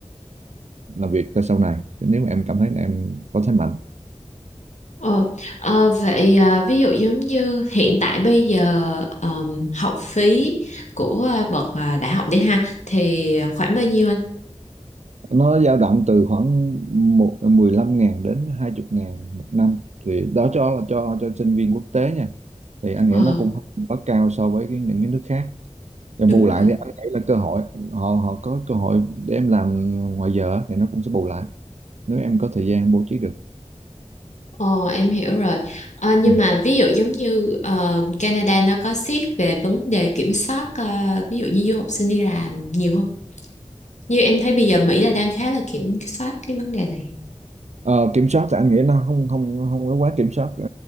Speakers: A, on the right; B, on the left.
A: làm việc cho sau này nếu mà em cảm thấy là em có thế mạnh
B: Ờ, ờ, vậy à, ví dụ giống như hiện tại bây giờ ờm, học phí của à, bậc à, đại học đi ha thì khoảng bao nhiêu anh?
A: nó dao động từ khoảng một 15 ngàn đến 20 ngàn một năm thì đó cho là cho cho sinh viên quốc tế nha thì anh
B: Ờ,
A: nghĩ nó cũng không quá cao so với cái, những cái nước khác và bù
B: đúng rồi.
A: lại thì anh nghĩ là cơ hội họ họ có cơ hội để em làm ngoài giờ á, thì nó cũng sẽ bù lại nếu em có thời gian bố trí được
B: Ờ, em hiểu rồi. Ờ, nhưng
A: ừ.
B: mà ví dụ giống như ờ, Canada nó có siết về vấn đề kiểm soát ờ, ví dụ như du học sinh đi làm nhiều không? Như em thấy bây giờ Mỹ là đang khá là kiểm soát cái vấn đề này.
A: Ờ, kiểm soát thì anh nghĩ nó không không không có quá kiểm soát ờ,